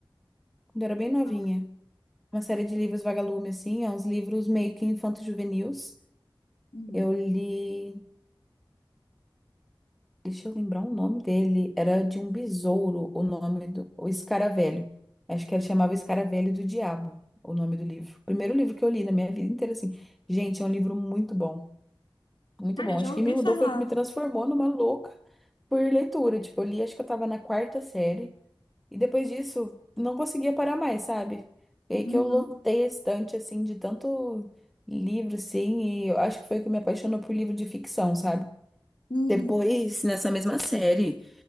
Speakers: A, in the centre; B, on the left.
A: quando eu era bem novinha.
B: Não.
A: Uma série de livros Vagalume, assim, é uns livros meio que infanto-juvenis.
B: Uhum.
A: Eu li. Deixa eu lembrar o nome dele. Era de um besouro, o nome do. O Escaravelho. Acho que ele chamava Escaravelho do Diabo, o nome do livro. Primeiro livro que eu li na minha vida inteira, assim. Gente, é um livro muito bom. Muito
B: Cara,
A: bom.
B: eu
A: Acho
B: já ouvi
A: que me mudou
B: falar.
A: foi o que me transformou numa louca por leitura. Tipo, eu li, acho que eu tava na quarta série. E depois disso, não conseguia parar mais, sabe? E aí
B: Uhum,
A: que eu lotei a estante, assim, de tanto livro, assim. E eu acho que foi o que me apaixonou por livro de ficção, sabe?
B: uhum,
A: Depois, nessa mesma série.